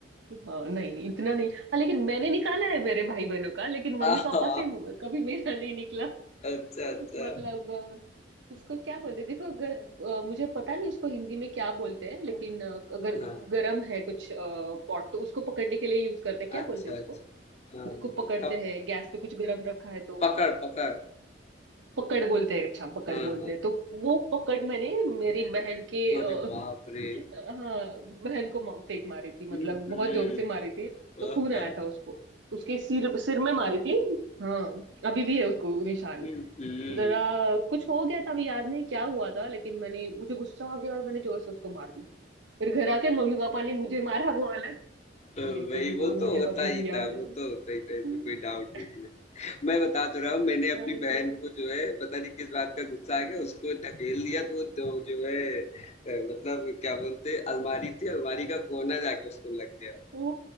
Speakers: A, on the right (about 85°); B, on the left (about 35°).
A: हाँ नहीं नहीं इतना नहीं हाँ लेकिन मैंने निकाला है मेरे भाई बहनों का लेकिन मम्मी
B: आहा
A: पापा से कभी मेरा नहीं निकला
B: अच्छा अच्छा
A: मतलब अ, इसको क्या बोलते हैं? देखो अगर अ, मुझे पता नहीं उसको हिंदी में क्या बोलते हैं लेकिन अ, अगर
B: हाँ
A: गरम है कुछ पॉट तो उसको पकड़ने के लिए यूज करते हैं
B: अच्छा
A: क्या बोलते हैं उसको
B: अच्छा हाँ,
A: उसको पकड़ते
B: कप-
A: हैं गैस पे कुछ गरम रखा है तो
B: पकड़ पकड़
A: पकड़ बोलते हैं अच्छा पकड़
B: हाँ,
A: बोलते
B: हाँ,
A: हैं तो वो पकड़ मैंने मेरी बहन के
B: हाँ।
A: अ,
B: अरे बाप रे!
A: <laughs> अ, हाँ बहन को मा- फेंक मारी थी मतलब
B: हुँ, हुँ।
A: बहुत जोर से मारी थी तो
B: आहा!
A: खून आया था उसको उसके सिर सिर में मारी थी हाँ अभी भी है उसको निशान
B: हुँ, हुँ।
A: जरा कुछ हो गया था अभी याद नहीं क्या हुआ था लेकिन मैंने मुझे गुस्सा आ गया और मैंने जोर से उसको मार दी फिर घर आके मम्मी पापा ने मुझे मारा वो अलग
B: वही
A: लेकिन वो
B: वो तो
A: मुझे
B: होता
A: अभी
B: ही
A: भी याद
B: था, वो
A: है <laughs>
B: तो होता ही था, इसमें कोई डाउट नहीं है। मैं बता तो रहा हूँ मैंने अपनी
A: हाँ, ऐसी
B: बहन
A: बात
B: को जो है पता नहीं किस बात का गुस्सा आ गया उसको ढकेल दिया तो वो दो जो है अ, मतलब क्या बोलते हैं अलमारी थी, अलमारी का कोना जाके उसको लग गया।
A: ओ